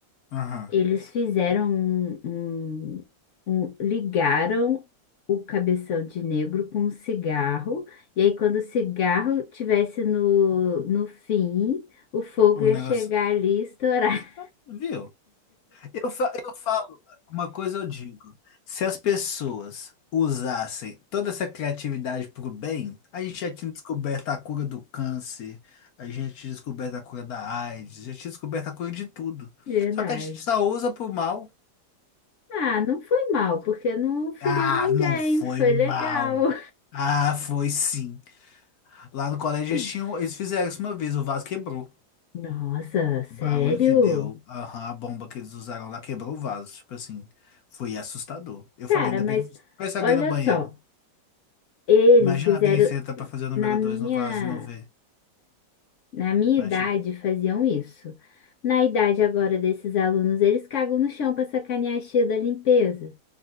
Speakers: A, on the left; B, on the left.
A: aham.
B: Eles fizeram um, um- um- ligaram o cabeção de negro com um cigarro, e aí quando o cigarro tivesse no, no fim, o fogo
A: O
B: ia
A: negócio.
B: chegar ali e estourar.
A: ah, Viu? Eu, fa- eu falo, uma coisa eu digo, se as pessoas usassem toda essa criatividade para o bem, a gente já tinha descoberto a cura do câncer, a gente tinha descoberto a cura da AIDS, já tinha descoberto a cura de tudo.
B: <laughs> Verdade.
A: Só que a gente só usa para o mal.
B: Ah, não foi mal, porque não feriu
A: Ah,
B: ninguém,
A: não foi
B: foi
A: mal.
B: legal.
A: Ah, foi sim. Lá no colégio
B: <laughs>
A: eles tinham, eles fizeram isso uma vez, o vaso quebrou.
B: Nossa, sério?
A: O barulho que deu, aham, a bomba que eles usaram lá quebrou o vaso. Tipo assim, foi assustador. Eu
B: Cara,
A: falei, ainda
B: mas
A: bem que se tivesse
B: olha
A: alguém no banheiro.
B: só, eles
A: Imagina
B: fizeram
A: alguém senta pra fazer o número
B: na minha.
A: 2 no vaso e não vê.
B: Na minha
A: Imagina.
B: idade faziam isso. Na idade agora desses alunos, eles cagam no chão para sacanear a tia da limpeza.